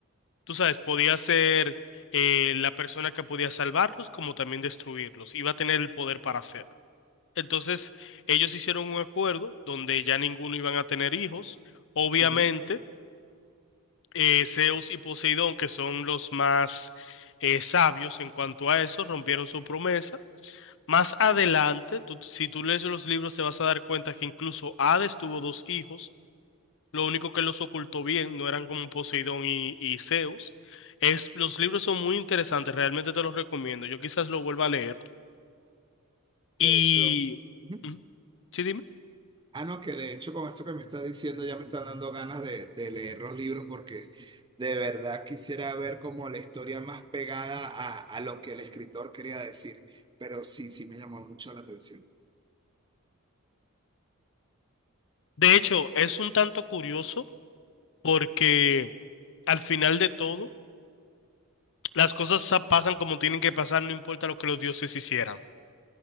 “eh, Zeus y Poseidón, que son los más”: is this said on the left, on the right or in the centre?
Left